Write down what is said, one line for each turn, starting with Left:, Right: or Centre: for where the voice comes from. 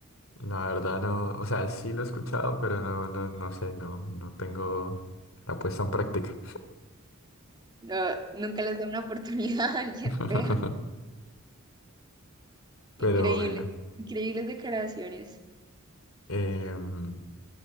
Left: La verdad no, o sea, sí lo he escuchado, pero no, no, no sé, no, no tengo la puesta en práctica.
Right: No, nunca les da una oportunidad <laughs> a alguien
Left: <laughs>
Right: fea.
Left: Pero
Right: Increíble.
Left: bueno,
Right: Increíbles declaraciones.
Left: em,